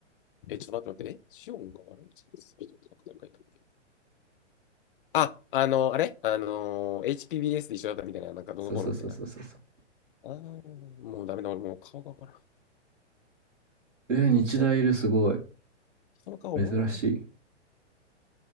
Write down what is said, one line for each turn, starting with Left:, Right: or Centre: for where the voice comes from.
Left: え、ちょっと待って待って。え、シオンが悪口言ってた人ってなんか誰かいたっけあ、あのー、あれあのー、HPBS で一緒だったみたいな、なんかどのこうのみたいな。
Right: そうそうそうそうそうそう。
Left: あー、もうダメだ、俺もう顔がわからん。
Right: えー日大いる。
Left: 人の、
Right: すごい。
Left: 人の顔覚えられな
Right: 珍し